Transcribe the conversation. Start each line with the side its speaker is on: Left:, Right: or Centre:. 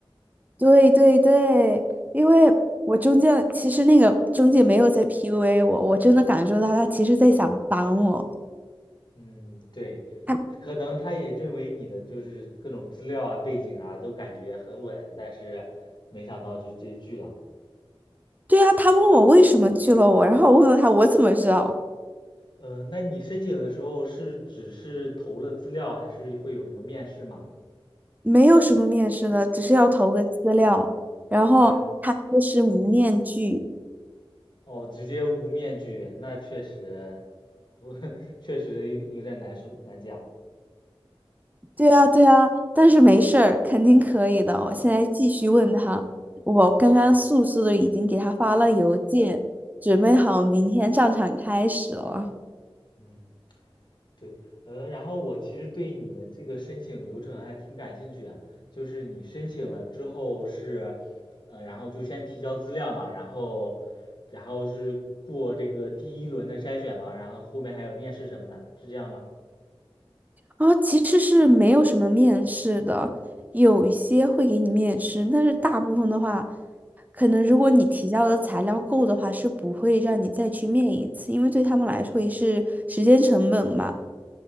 Right: 对对对，因为我中介其实那个中介没有在 PUA 我，我真的感受到他其实在想帮我。
Left: 嗯，对，
Right: 他
Left: 可能他也认为你的就是各种资料啊、背景啊都感觉很稳，但是没想到就直接拒了。
Right: 对啊，他问我为什么拒了我，然后我问了他我怎么知道，
Left: 呃，那你申请的时候是只是投了资料，还是会有什么面试吗？
Right: 没有什么面试的，只是要投个资料，然后他说是无面拒，
Left: 啊？哦，直接无面具，那确实，<laughs> 我确实有点难受，难讲。
Right: 对啊对啊，但是没事儿，肯定可以的。我现在继续问他，我刚刚速速的已经给他发了邮件，准备好明天上场开始了。
Left: 嗯，对，呃，然后我其实对你们这个申请流程还挺感兴趣啊，就是你申请了之后是，呃，然后就先提交资料嘛，然后，然后是过这个第一轮的筛选嘛，然后后面还有面试什么的，是这样吗？
Right: 哦，其实是没有什么面试的，有一些会给你面试，但是大部分的话。可能如果你提交的材料够的话，是不会让你再去面一次，因为对他们来说也是时间成本嘛。